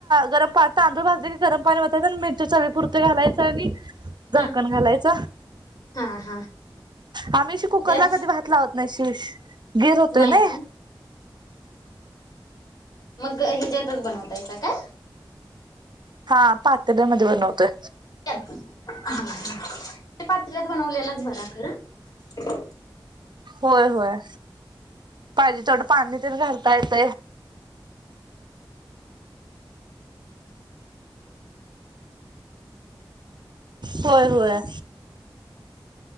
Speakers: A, on the right (about 55°); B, on the left (about 50°).
A: गरम तांदूळ भाजले की गरम पाणी म्हायच मिरच्या चवीपुरती घालायचं आणि झाकण
B: हा
A: घालायच
B: हा हा
A: आम्हीशी कुकर
B: त्याच
A: ला कधी भात लावत नाही शि गीर होतोय
B: नाही
A: ना
B: का मग हे ज्यातच बनवतायचा का
A: हा पातब मध्ये बनवतोय
B: ह ह ते पातऱ्यात बनवलेलंच बरा खरं
A: होय होय पाहिजे तेथवडं पाणी प घालता येत होय होय